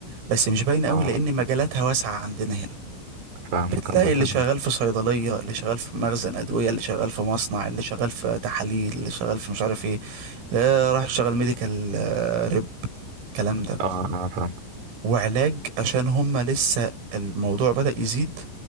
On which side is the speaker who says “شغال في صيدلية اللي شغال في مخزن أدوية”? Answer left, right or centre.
Right